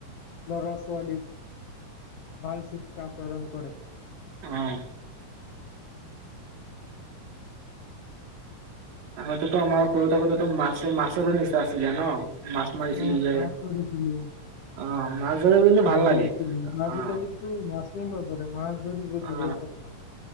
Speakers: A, on the left; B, on the right.
A: ল'ৰা ছোৱালীক ভাল শিক্ষা প্ৰদান কৰে।
B: অ'। <unintelligible> ত আমাৰ সৰু থাকোঁতে মাছো-মাছো নিছো আছিলে ন? মাছ মাৰিছিলো
A: অ',
B: যে
A: মাছ ধৰিছিলো।
B: অ'। মাছ ধৰি কিন্তু ভাল লাগে
A: ধৰিছিলো আজিকালিতো
B: অ
A: মাছেই নধৰে মাছ ধৰি
B: অ
A: দূৰৰ কথা।